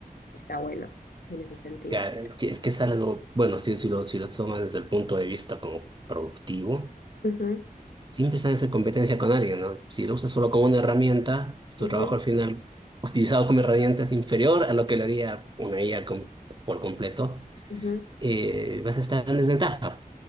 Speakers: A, on the left; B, on the right.
A: está bueno en ese sentido.
B: Ya, es que, es que es algo, bueno, sí, si lo, si lo tomas desde el punto de vista como productivo,
A: Ujú,
B: siempre estás en competencia con alguien, ¿no? Si lo usas solo como una herramienta, tu
A: ujú,
B: trabajo al final, utilizado como herramienta, es inferior a lo que lo haría una IA com- por completo,
A: ujú.
B: eh, vas a estar en desventaja.